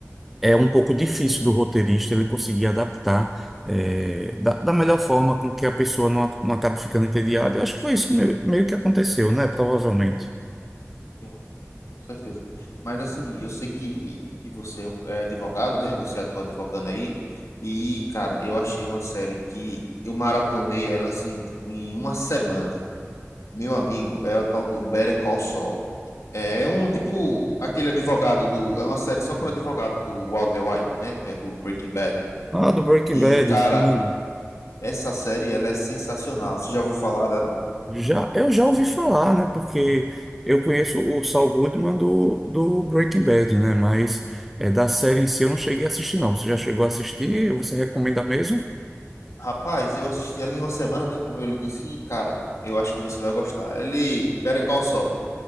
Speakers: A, in the centre; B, on the left (about 80°).
A: é um pouco difícil do roteirista ele conseguir adaptar eh, da, da melhor forma com que a pessoa não, a- não acabe ficando entediada. Eu acho que foi isso que meio, meio que aconteceu, né? Provavelmente.
B: Sim, com certeza. Mas assim, eu sei que, que você é um- é advogado, né? Você atua advogando aí. E, cara, eu achei uma série que eu maratonei ela assim, tipo, em uma semana. Meu amigo, é o tal do Better Call Saul. É é um tipo aquele advogado do. É uma série só pro advogado do Walter White, né? Que é do Breaking Bad.
A: Ah, do Breaking
B: E,
A: Bad,
B: cara,
A: sim.
B: essa série ela é sensacional. Você já ouviu falar dela?
A: Já, eu já ouvi falar, né? Porque eu conheço o Saul Goodman do, do Breaking Bad, né? Mas eh, da série em si eu não cheguei a assistir, não. Você já chegou a assistir? Você recomenda mesmo?
B: Rapaz, eu assisti ela em uma semana, né? Como eu lhe disse, e, cara, eu acho que você vai gostar. Ele. Better Call Saul.